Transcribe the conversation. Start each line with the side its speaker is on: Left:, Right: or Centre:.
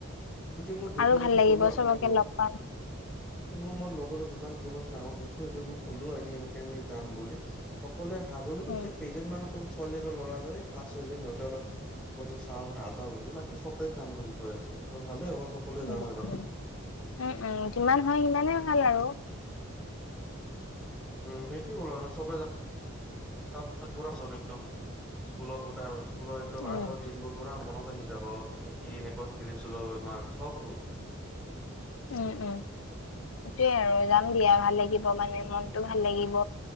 Centre: সেইটোৱে মই গ্ৰুপত
Left: আৰু ভাল
Centre: আজি
Left: লাগিব
Centre: ক'লো আমাৰ
Left: চবকে
Centre: লগ
Left: পাম
Centre: সেইটো মই মোৰ লগৰৰ যিমান গ্ৰুপ আছে ডাঙৰ গ্ৰুপটো সেইটোত মই ক'লো এনে এনেকে আমি যাম বুলি, সক কলোৱে হা বুলি কৈছে,
Left: উম
Centre: কেইজনমান অকল ছোৱালী আৰু ল'ৰাজনে এই পাঁচ, ছয়জন সিহঁতে অলপ কৈছে চাওঁ নাযাওঁ বুলি, বাকী সবেই যাম বুলি কৈ আছে। তো ভালে হ'ব। সকলোৱে যাম
Left: উম',
Centre: আৰু।
Left: উম', উম', উম', যিমান হয় সিমানেই ভাল আৰু
Centre: উম' সেইটোৱে ক'লো আৰু চবেই যা তহঁত বোৰো চোন একদম, স্কুলৰ <unintelligible> স্কুলৰ একদম
Left: উম
Centre: আগৰ দিনবোৰ পুৰা মনত আহি যাব, আমি কি এনেকুৱা খেলিছিলো, আমাৰ চববোৰ
Left: উম', উম' সেইটোয়ে আৰু যাম দিয়া। ভাল লাগিব মানে, মনটো ভাল লাগিব।